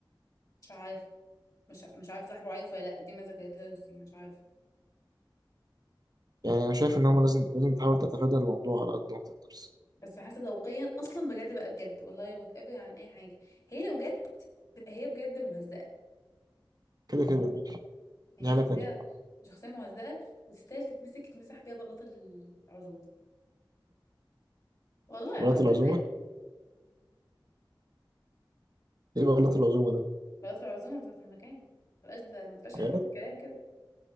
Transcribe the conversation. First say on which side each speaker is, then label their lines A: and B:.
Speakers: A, on the left; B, on the right.
A: مش عارف مش مش عارفه صاحبه عارف ولا لا دي ما ذاكرتهاش دي مش عارفه
B: يعني أنا شايف إن هما لازم لازم تحاول تتفادى الموضوع على قد ما تقدر
A: بس حاسه ذوقيا اصلا بجد بقى بجد والله وات ايفر عن اي حاجه هي لو جت تبقى هي بجد مهزأه
B: كده كده ماشي
A: يعني
B: دي حاجة
A: هي شخصيه
B: تانية
A: شخصيه مهزأه وتستاهل تتمسك تتمسح بيها بلاطه العزومه والله يعني
B: بلاط
A: بلاطه
B: العزومة
A: البيت
B: إيه بلاط العزومة ده؟
A: بلاطه العزومه بتاعت المكان ما تبقاش ده ما تبقاش حبيت
B: بجد؟
A: الكلام كده